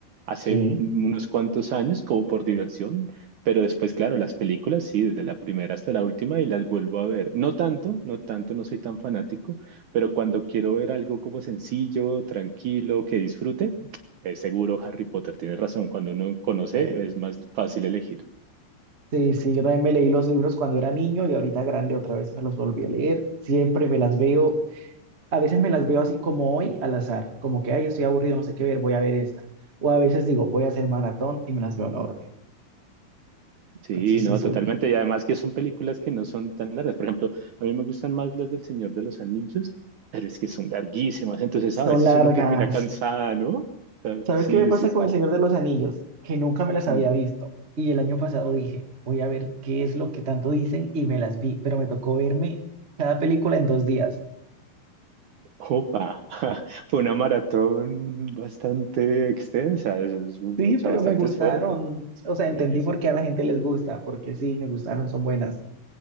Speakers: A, on the right; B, on the right.
A: hace
B: Sí,
A: unos cuantos años como por diversión, pero después, claro, las películas, sí, desde la primera hasta la última y las vuelvo a ver. No tanto, no tanto, no soy tan fanático, pero cuando quiero ver algo como sencillo, tranquilo, que disfrute, eh, seguro Harry Potter tiene razón. Cuando uno conoce,
B: Eh,
A: es más fácil elegir.
B: Sí, sí, yo también me leí los libros cuando era niño y ahorita grande otra vez me los volví a leer. Siempre me las veo, a veces me las veo así como hoy al azar, como que, ay, yo estoy aburrido, no sé qué ver, voy a ver esta. O a veces digo, voy a hacer maratón y me las veo en orden.
A: Sí,
B: Entonces sí,
A: no,
B: soy,
A: totalmente. Y además que son películas que no son tan largas. Por ejemplo, a mí me gustan más las del Señor de los Anillos, pero es que son larguísimas. Entonces
B: son
A: a veces
B: largas.
A: uno termina cansada, ¿no? O sea,
B: ¿Sabes
A: Sí,
B: qué me pasa
A: sí, sí.
B: con El Señor de los Anillos? Que nunca me las había
A: Mm,
B: visto. Y el año pasado dije, voy a ver qué es lo que tanto dicen y me las vi, pero me tocó verme cada película en dos días.
A: Opa, <laughs> fue una maratón bastante extensa, es- es- o
B: Sí, pero
A: sea, bastante
B: me gustaron,
A: esfuerzo.
B: o sea,
A: Sí.
B: entendí
A: sí.
B: por qué a la gente les gusta, porque sí, me gustaron, son buenas.